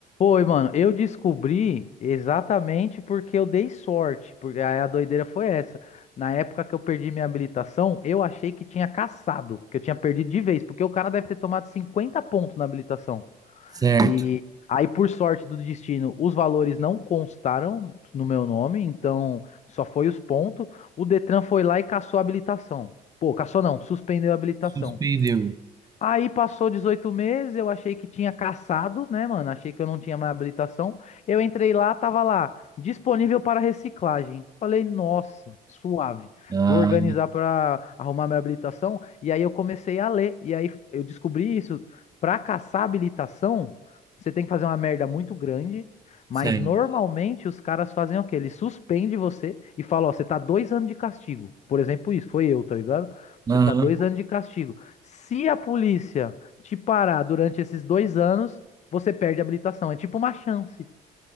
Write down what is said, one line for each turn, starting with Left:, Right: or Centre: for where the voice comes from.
Left: Foi, mano. Eu descobri exatamente porque eu dei sorte. Porque aí a doideira foi essa. Na época que eu perdi minha habilitação, eu achei que tinha caçado, que eu tinha perdido de vez, porque o cara deve ter tomado 50 pontos na habilitação.
Right: Certo,
Left: E aí, por sorte do destino, os valores não constaram no meu nome, então só foi os pontos. O Detran foi lá e cassou a habilitação. Pô, cassou não, suspendeu a habilitação.
Right: suspendeu.
Left: Aí passou 18 meses, eu achei que tinha caçado, né, mano? Achei que eu não tinha mais habilitação. Eu entrei lá, tava lá, disponível para reciclagem. Falei, nossa, suave.
Right: Ah,
Left: Vou organizar para arrumar minha habilitação. E aí eu comecei a ler. E aí eu descobri isso. Para caçar habilitação, você tem que fazer uma merda muito grande. Mas
Right: certo.
Left: normalmente os caras fazem o quê? Eles suspendem você e falam, ó, você tá dois anos de castigo. Por exemplo, isso, foi eu, tá ligado? Você
Right: Aham.
Left: tá dois anos de castigo. Se a polícia te parar durante esses dois anos, você perde a habilitação. É tipo uma chance.